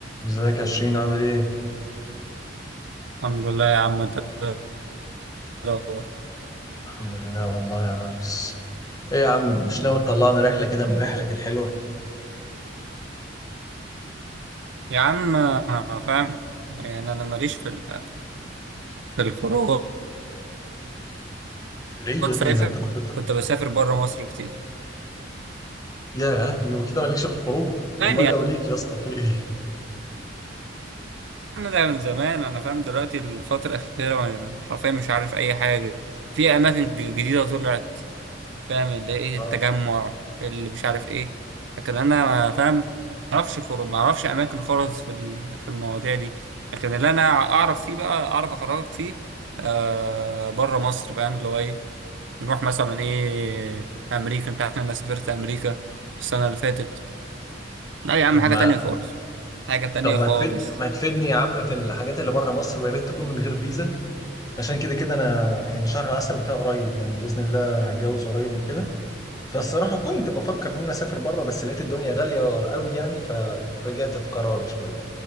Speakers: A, on the left; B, on the right.
A: ازيك يا شيرين عامل ايه؟
B: الحمد لله يا عم انت ايه الاخبار
A: الحمد لله والله يا ريس ايه يا عم مش ناوي تطلعنا رحلة كده من رحلك الحلوة؟
B: يا عم آه، فاهم يعني انا ماليش في ال- في الخروجات
A: ليه يا ابني
B: فاهم
A: ده انت كنت بتقول
B: كنت بسافر بره مصر كتير
A: ياه يبقى كده مالكش في الخروج؟
B: يعني
A: امال
B: يا
A: لو ليك يا اسطى في ايه؟
B: عم ده من زمان انا فاهم دلوقتي الفتره الاخيره وانا حرفيا مش عارف اي حاجه في اماكن ج- جديده طلعت فاهم اللي ايه
A: اه
B: التجمع اللي مش عارف ايه لكن انا فاهم ما اعرفش خروج ما اعرفش اماكن خالص في ال- في المواضيع دي لكن اللي انا اعرف فيه بقى اعرف اخرجك فيه آه بره مصر فاهم اللي هو ايه نروح مثلا ايه امريكا انت عارف إن انا سافرت امريكا السنه اللي فاتت لا يا عم
A: طب
B: حاجه
A: ما
B: تانية خالص حاجه تانية
A: طب ما
B: خالص
A: تفيدني ما تفيدني يا عم في الحاجات اللي بره مصر ويا ريت تكون من غير فيزا عشان كده كده انا يعني شهر العسل بتاعي قريب يعني باذن الله هتجوز قريب وكده فالصراحة كنت بفكر ان انا اسافر بره بس لقيت الدنيا غالية قوي يعني فرجعت في قراري شوية